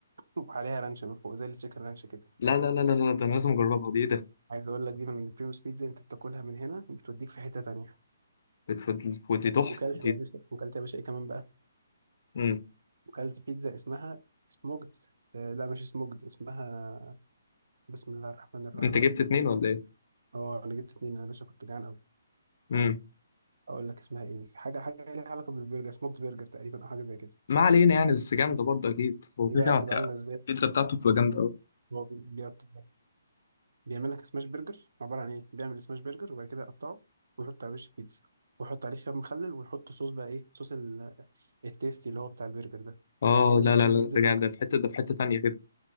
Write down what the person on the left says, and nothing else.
لا لا لا لا لا ده انا لازم اجربها دي ايه ده
بت- بت- دي تحفه
دي
مم.
انت جبت اتنين ولا ايه؟
امم
ما علينا يعني
بس جامده برضه اكيد هو
كده
كده
ك-
البيتزا بتاعته بتبقى جامده قوي
اه
لا
لا لا
ده
جا- ده في حته ده في حته تانيه كده